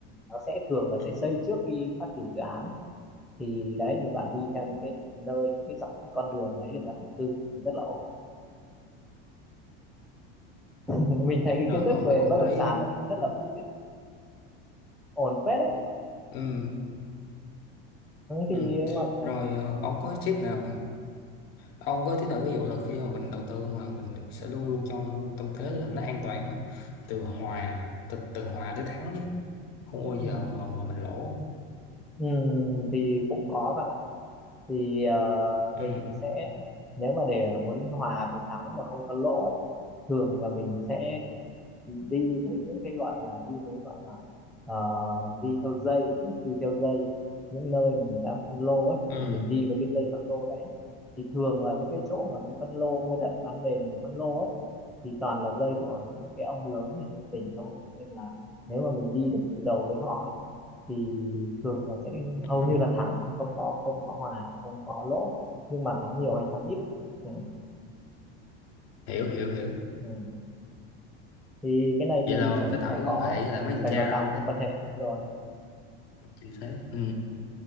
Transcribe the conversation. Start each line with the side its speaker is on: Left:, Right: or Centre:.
Centre: nó sẽ thường là
Left: ừ.
Centre: sẽ xây trước khi phát triển dự án ấy thì đấy thì bạn đi theo những cái nơi những cái dọc cái con đường đấy để bạn đầu tư thì rất là ổn <laughs> mình thấy cái
Left: Ờ,
Centre: kiến thức
Left: ông
Centre: về
Left: nói cũng
Centre: bất
Left: có
Centre: động
Left: lý
Centre: sản
Left: á
Centre: này cũng rất là vui đấy ổn phết đấy
Left: ừ
Centre: Ừ, thì
Left: ừ
Centre: ngoại
Left: rồi ờ, ông có tip nào ông có tip nào ví dụ là khi mà mình đầu tư mà mình sẽ luôn luôn trong tâm thế là nó an toàn á. từ hòa từ, từ hòa tới thắng chứ không bao giờ
Centre: ừ.
Left: mà mà mình lỗ không?
Centre: Ừ, thì cũng có bạn ạ thì ờ,
Left: ừ
Centre: mình sẽ nếu mà để muốn hòa với thắng mà không có lỗ ấy, thường là mình sẽ đi với những cái gọi là đi với gọi là ờ, đi theo dây đầu tư theo dây những nơi mà người ta phân lô ấy
Left: ừ
Centre: thì mình đi với cái dây phân lô đấy thì thường là những cái chỗ mà đi phân lô mua đất bán nền để phân lô ấy thì toàn là dây của những cái ông lớn ở trên tỉnh thôi cho nên là nếu mà mình đi được từ đầu với họ ấy, thì thường là sẽ
Left: ừ.
Centre: hầu như là thắng không có không có hòa không có lỗ nhưng mà thắng nhiều hay thắng ít ừ.
Left: hiểu hiểu hiểu
Centre: Ừ. thì cái này thì
Left: vậy là
Centre: sẽ
Left: mình phải tạo
Centre: phải
Left: mối
Centre: có
Left: quan hệ với lại mấy thằng
Centre: phải
Left: cha
Centre: có tạo một quan hệ rồi
Left: chính xác ừ.